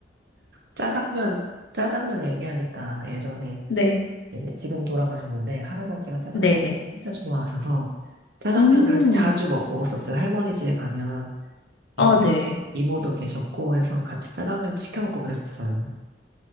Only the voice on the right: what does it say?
짜장면, 짜장면 얘기하니까 예전에
이제 지금 돌아가셨는데 할아버지가 짜장면
진짜 좋아하셔서 짜장면을
자주 먹, 먹었었어요. 할머니 집에 가면 이-
이모도 계셨고 해서 같이 짜장면 시켜 먹고 그랬었어요.